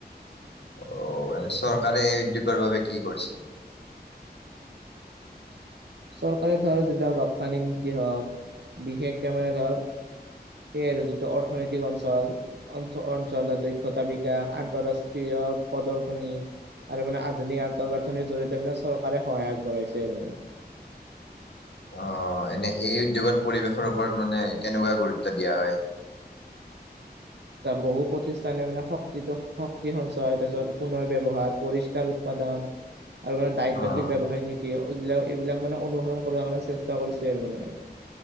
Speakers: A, on the left (about 80°); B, on the right (about 80°).
A: অ' এনে চৰকাৰে এই উদ্যোগৰ বাবে কি কৰিছে।
B: চৰকাৰে ধৰ যিবিলাক ৰপ্তানি নীতি হওক বিশেষকে মানে ধৰ সেই আৰু যোনটো অৰ্থনৈতিক অঞ্চল অঞ্চ অঞ্চলৰ দক্ষতা বিকাশ আন্তঃৰাষ্ট্ৰীয় প্ৰদৰ্শনী আৰু মানে আধুনিক আন্তঃগাঁথনিৰ জৰিয়তে মানে চৰকাৰে সহায় আগবঢ়াইছে আৰু মানে
A: অ' এনে এই উদ্যোগত পৰিৱেশৰ ওপৰত মানে কেনেকুৱা গুৰুত্ব দিয়া হয়।
B: বহু প্ৰতিষ্ঠানে মানে শক্তিটো শক্তি সঞ্চয় তাৰ পিছত পুনৰ ব্যৱহাৰ পৰিষ্কাৰ উৎপাদন আৰু মানে দায়িত্বশীল
A: অ'
B: ব্যৱসায়িক নি এ এইবিলাক এইবিলাক মানে অনুসৰণ কৰাৰ কাৰণে চেষ্টা কৰিছে আৰু মানে।